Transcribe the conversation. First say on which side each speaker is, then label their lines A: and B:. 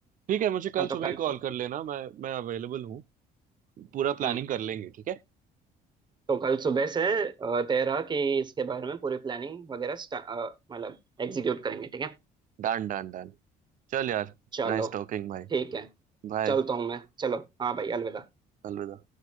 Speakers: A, on the right; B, on the right.
A: ठीक है मुझे कल
B: हाँ, तो
A: सुबह
B: कल
A: ही कॉल
B: सुबह
A: कर लेना मैं मैं अवेलेबल हूँ पूरा
B: हम्म
A: प्लानिंग कर लेंगे ठीक है
B: तो कल सुबह से आ, तेरा कि इसके बारे में पूरी प्लानिंग वगैरह स्टा- आ, मतलब एग्जीक्यूट करेंगे ठीक है
A: Done done done चल यार
B: चलो
A: नाइस टॉकिंग भाई
B: ठीक है
A: बाय
B: चलता हूँ मैं चलो हाँ भाई अलविदा
A: अलविदा